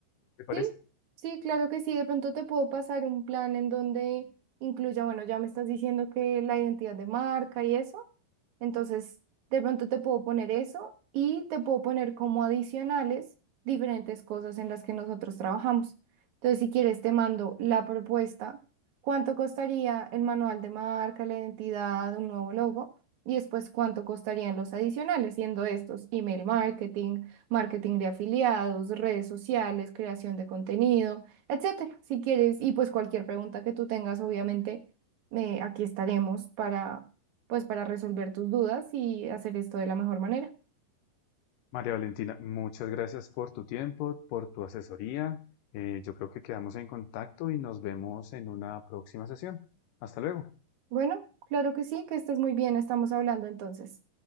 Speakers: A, on the left; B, on the right.
A: ¿te parece?
B: Sí, sí, claro que sí. De pronto te puedo pasar un plan en donde incluya, bueno, ya me estás diciendo que la identidad de marca y eso. Entonces, de pronto te puedo poner eso y te puedo poner como adicionales diferentes cosas en las que nosotros trabajamos. Entonces, si quieres, te mando la propuesta, cuánto costaría el manual de marca, la identidad, un nuevo logo y después cuánto costarían los adicionales, siendo estos email marketing marketing de afiliados, redes sociales, creación de contenido, etcétera. Si quieres, y pues cualquier pregunta que tú tengas, obviamente, eh, aquí estaremos para, pues, para resolver tus dudas y hacer esto de la mejor manera.
A: María Valentina, muchas gracias por tu tiempo, por tu asesoría. Eh, yo creo que quedamos en contacto y nos vemos en una próxima sesión. Hasta luego.
B: Bueno, claro que sí, que estés muy bien, estamos hablando entonces.